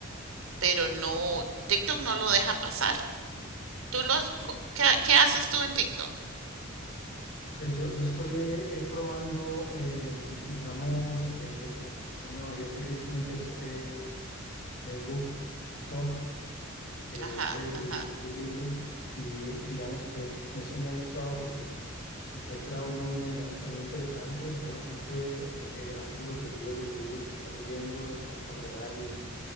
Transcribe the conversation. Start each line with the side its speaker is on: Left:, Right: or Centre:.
Right: pero no, TikTok no lo deja pasar. ¿Tú los, qué, qué haces tú en TikTok?
Left: Pues yo, yo estoy eh, eh, probando, eh, digamos, eh, eh, una variante que ellos tienen que es eh, eh, Book Talk, que
Right: Ajá,
Left: es de, reviews
Right: ajá.
Left: de libros. Y digamos que ese me ha gustado porque encuentra uno una dinámica muy interesante. Está la gente eh, haciendo los reviews de los libros que está leyendo en tiempo real y,